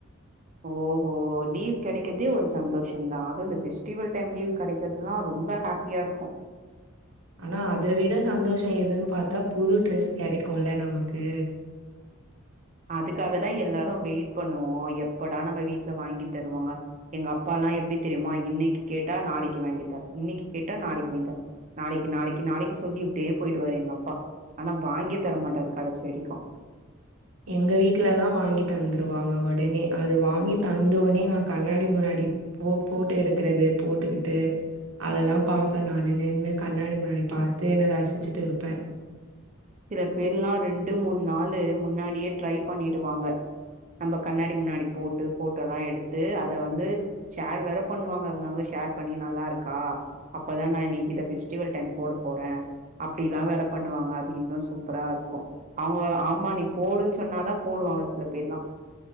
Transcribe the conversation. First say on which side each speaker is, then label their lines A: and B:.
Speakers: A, on the right (about 35°); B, on the right (about 75°).
A: ஓஹோ போ லீவ் கெடைக்கிறதே ஒரு சந்தோஷந்தா அது இந்த ஃஸ்டிவல் டைம் லீவ் கெடைக்கிறதுல்லா ரொம்ப ஹாப்பியா இருக்கு
B: ஆனா அத விட சந்தோஷோ எதுன் பாத்தா புது ட்ரெஸ் கெடைக்குல்ல நமக்கு
A: அதுக்காகதா எல்லாரு வெயிட் பண்ணுவோ எப்படா நம்ம வீட்ல வாங்கி தருவாங்க எங்க அப்பா எல்லா எப்டி தெரியுமா இன்னைக்கு கேட்டா நாளைக்கு வாங்கி தர இன்னைக்கு கேட்டா நாளைக்கு வாங்கி தர நாளைக்கு நாளைக்கு நாளைக்கு சொல்லி இப்டியே போயிடுவாரு எங்க அப்பா ஆனா வாங்கியே தரமாட்டாரு கடசி வெரிக்கு
B: எங்க வீட்டுல எல்லா வாங்கி தந்துருவாங்க உடனே அது வாங்கி தந்தோடனே நா கண்ணாடி முன்னாடி போ போட்டோ எடுக்கறது போட்டுக்கிட்டு அதெல்லா பாப்பே நானு நின்னு கண்ணாடி முன்னாடி பார்த்து என்ன ரசிச்சுட்டு இருப்பே
A: சில பேர்லா ரெண்டு மூண் நாளு முன்னாடியே ட்ரை பண்ணிடுவாங்க நம்ப கண்ணாடி முன்னாடி போட்டு போட்டோலா எடுத்து அத வந்து ஷேர் வேற பண்ணுவாங்க அங்கங்க ஷேர் பண்ணி நல்லா இருக்கா அப்பதா நா இன்னைக்கு இத பெஸ்டிவல் டைம்ல போட போறே அப்டிலா வேற பண்ணுவாங்க இன்னு சூப்பரா இருக்கு அவங்க ஆமா நீ போடுன்னு சொன்னாதா போடுவாங்க சில பேர்லா